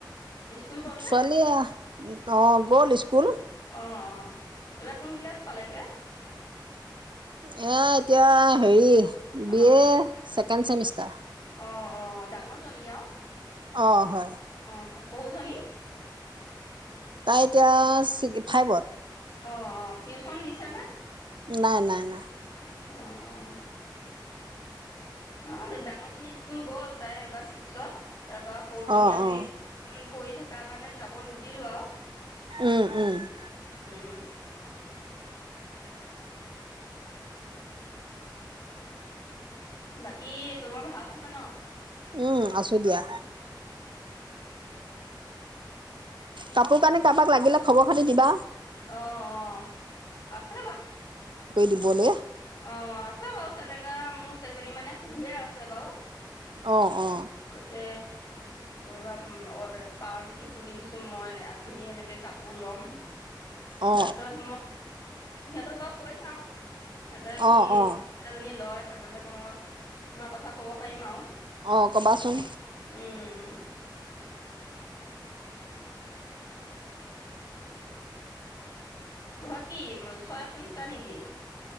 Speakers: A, on the left; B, on the right.
A: স্কুল গ'ল নে
B: ছোৱালী, অ গ'ল স্কুল।
A: অ এইবাৰ কোন ক্লাছ পালেগে?
B: ইয়া এতিয়া হেৰি,
A: অ
B: বিয়ে, ছেকেণ্ড চেমিষ্টাৰ।
A: অ অ ডাঙৰ জনী আৰু,
B: অঁ হয়।
A: অঁ সৰু জনি?
B: তাই এতিয়া ফাইভত।
A: অঁ অঁ টিউচন দিছানে?
B: নাই নাই নাই।
A: অঁ অঁ। অ ডাঙৰজনী স্কুল গ'ল তাই এবাৰ ছিক্সত, তাৰ পৰা সৰুজনী
B: অ
A: আজি,
B: অ
A: কৰি থকা কাৰণে যাব নিদিলো আৰু,
B: উম উম। উ <unintelligible>
A: উম বাকী তোমাৰ ভাল নহয় ন?
B: উম আছো দিয়া।
A: উম <unintelligible>
B: কাপোৰ কানি কাৰোবাক লাগিলে, খবৰ খাতি দিবা,
A: অ অ আছে বাৰু।
B: দিবলে।
A: অঁ আছে বাৰু তেনেকে মোক কেইজনী মানে সুধিয়ে আছে বাৰু।
B: অ অ
A: কৈছে। কবা অৰ্ডাৰ পাওঁ নেকি, সুধিবিচোন মই আমি এনেকে কাপোৰ ল'ম। তাৰপিছত
B: অ
A: মই সিহঁতক বাৰু, কৈ চাম। <unintelligible>
B: অ অ অ
A: তেনেহ'লে মই তোমাৰ কথা কব পাৰিম আৰু,
B: অঁ কবাচোন,
A: উম ঘৰত কি চৰাই পুহিছা নেকি?